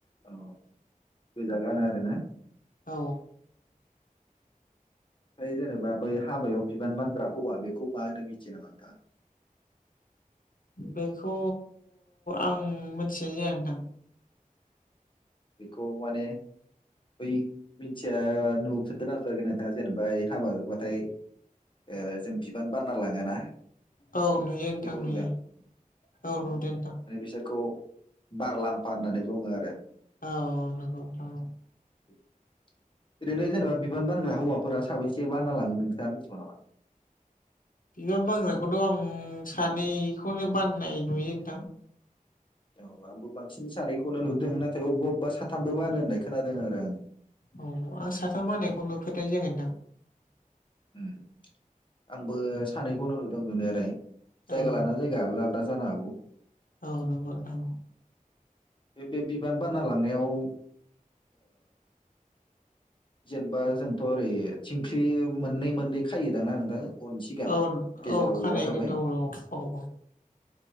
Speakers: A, on the left; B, on the left.
A: औ गोजा गानो आरोना।
B: औ।
A: फ्राय जेनेबा बै हाबायाव बिबान मानग्रा हौवा बेखौ मा होनो मिथियो नामा नोंथाङा?
B: बेखौ आं मोन्थिनाय जाया नोंथां।
A: बिखौ माने बै मिन्थिया नुफेरदोंना नुफेराखै नोंथाङा जेनेबा हाबा बाथाय ओ जों बिउ बिबान बान्ना लाङोना
B: औ नुयो नोंथां
A: बेखौ
B: नुयो
A: नुदों?
B: औ
A: अ
B: नुदों नोंथां
A: माने बिसोरखौ बारलाम्फा होननानै बुङो आरो।
B: औ नोंगौ नोंथां औ।
A: <inaudible> ओरैनो जेनेबा बिनग्रा हौवाफोरा साबैसे बान्ना लाङोन नोंथाङा मिथिगौ नामा?
B: बिबार बानग्राखौथ' आं सानैखौनो बाननाय नुयो नोंथां।
A: औ आंबो बांसिन सानैखौनो नुदों नाथाय अबबा अबबा साथामबो बानो होननाय खोनादों आरो आङो।
B: औ आं साथाम मानायखौ नुफेरनाय जागोनदां।
A: उम आंबो सानैखौनो नुदों नुनायालाय जायगा
B: औ
A: लाना जायगा आलदा आलदा जानो हागौ।
B: औ नंगौ नोथां औ।
A: बे बे बिबान बानना लांनायाव ओ जेनेबा जोंथ ओरै थिंख्लि मोननै मोननै खायोदांना नोंथां? उन सिगां
B: औ
A: गेजेराव
B: औ खानायगोन
A: औवा थाबाय
B: औ औ औ औ।